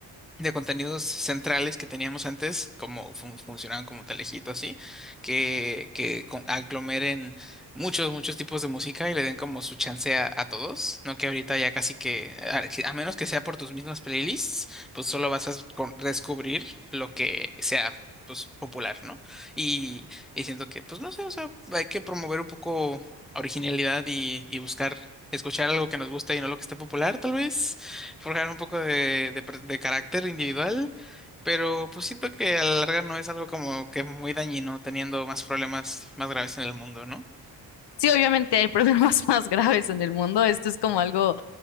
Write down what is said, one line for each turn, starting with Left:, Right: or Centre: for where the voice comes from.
Centre: de contenidos centrales que teníamos antes, como fun- funcionaban como Telejito, así, que, que con- aglomeren muchos, muchos tipos de música y le den como su chance a, a todos, ¿no? Que ahorita ya casi que, a, a menos que sea por tus mismas playlists, pues solo vas a con- descubrir lo que sea. pues popular, ¿no? Y, y siento que, pues no sé, o sea, hay que promover un poco originalidad y, y buscar escuchar algo que nos gusta y no lo que esté popular, tal vez forjar un poco de, de per- de carácter individual, pero pues siento que a la larga no es algo como que muy dañino, teniendo más problemas más graves en el mundo, ¿no?
Left: Sí, obviamente hay problemas <laughs> más graves en el mundo. Esto es como algo,